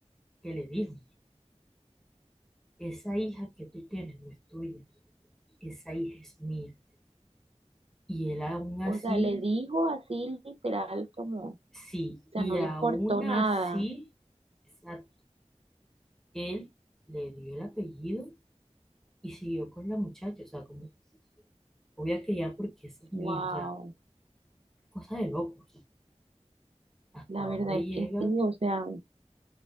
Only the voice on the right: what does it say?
O
sea, le dijo así literal como, o
sea,
no
le importó nada.
Wow,
la
verdad es
que sí, o sea,